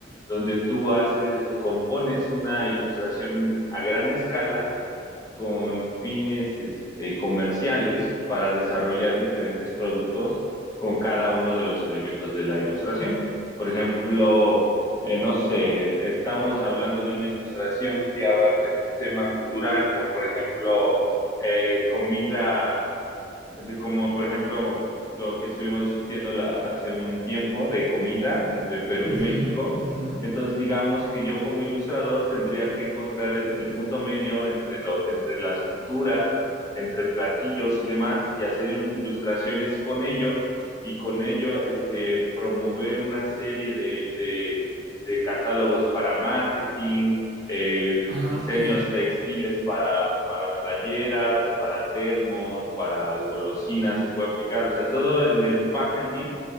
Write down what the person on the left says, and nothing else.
donde tú haces, compones una ilustración a gran escala con fines este, comerciales para desarrollar diferentes productos con cada uno de los elementos de la ilustración. Por ejemplo, eh, no sé, estamos hablando de una ilustración que abarque algún tema cultural, como por ejemplo eh, comida de como por ejemplo lo que estuvimos discutiendo la- hace un tiempo de comida entre Perú
y México.
Entonces, digamos que yo como ilustrador tendría que encontrar el, el punto medio entre lo, entre las culturas, entre platillos y demás, y hacer un- ilustraciones con ello, y con ello este, promover una serie de, de, de catálogos para marketing, eh,
diseños
textiles para, para playeras, para termos, para golosinas, se puede aplicar, o sea, todo en el packaging